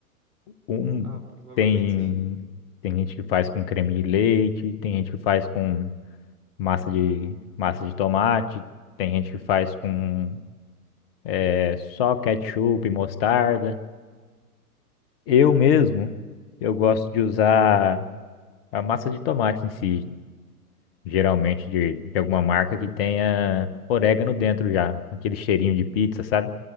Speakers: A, on the left; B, on the right.
A: Um
B: Ah, provavelmente
A: tem.
B: sim.
A: Tem gente que faz com creme de leite, tem gente que faz com massa de massa de tomate, tem gente que faz com é, só ketchup e mostarda. Eu mesmo, eu gosto de usar a massa de tomate em si. geralmente de, de alguma marca que tenha orégano dentro já, aquele cheirinho de pizza, sabe?